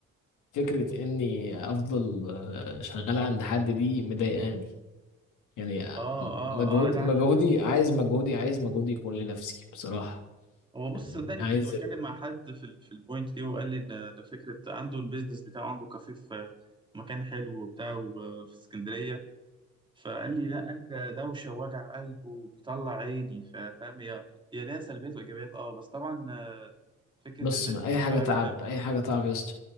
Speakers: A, on the left; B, on the right.
A: فكره اني افضل آه، شغال عند حد دي مضايقاني يعني آه،
B: اه اه
A: مجهود
B: اه لا
A: مجهودي
B: عندك حق
A: عايز مجهودي عايز مجهودي يكون لنفسي بصراحه
B: هو بص
A: يعني
B: صدقني
A: عايز
B: كنت بتكلم مع حد في ال في البوينت دي وقال لي ده ده فكره عنده البيزنس بتاعه عنده كافيه في مكان حلو وبتاع و- في اسكندريه فقال لي لا قال لي ده دوشه ووجع قلب وبيطلع عيني ف- فاهم هي هي ليها سلبيات وايجابيات اه بس طبعا آه، فكره
A: بص
B: البيزنس
A: ما اي حاجه
B: بتاعك
A: تعب
B: ده
A: اي حاجه تعب يا اسطى